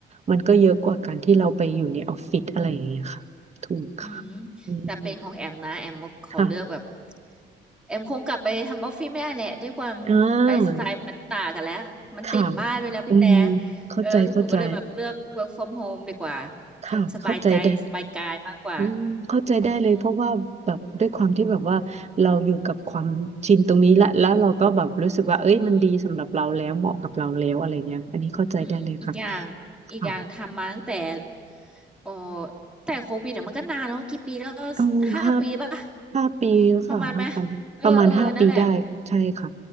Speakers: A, on the right (about 35°); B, in the centre.
A: มันก็เยอะกว่าการที่เราไปอยู่ในออฟฟิศอะไรอย่างเงี้ยค่ะถูกค่ะ
B: อืม
A: อืม
B: แต่เป็นของแอมนะแอมขอเลือกแบบ
A: ค่ะ
B: แอมคงกลับไปทำออฟฟิศไม่ได้แหละด้วยความไลฟ์สไตล์มันต่างกันแล้วมันติดบ้านด้วยแล้วพี่แต่
A: อ่าค่ะอืมเข้าใจเข้าใจ
B: เออหนูก็เลยแบบเลือก work from home ดีกว่า
A: ค่ะเข้าใจได้
B: ฉันสบายใจสบายกายมากกว่า
A: อืมเข้าใจได้เลยเพราะว่าแบบด้วยความที่แบบว่าเราอยู่กับความชินตรงนี้ละแล้วเราก็แบบรู้สึกว่าเอ้ยมันดีสำหรับเราแล้วเหมาะกับเราแล้วอะไรเงี้ยอันนี้เข้าใจได้เลยค่ะ
B: อืมอืมอืมอีกอย่างอีกอย่างทำมาตั้งแต่
A: ค่ะ
B: โอ้แต่โควิดอะมันก็นานแล้วกี่ปีแล้ว
A: เอาห้า
B: ห้าปีป่ะ
A: ห้าปีค่ะห้าปีประมาณห้าปีได้ใช่ค่ะ
B: ประมาณไหมเออเออนั่นแหละ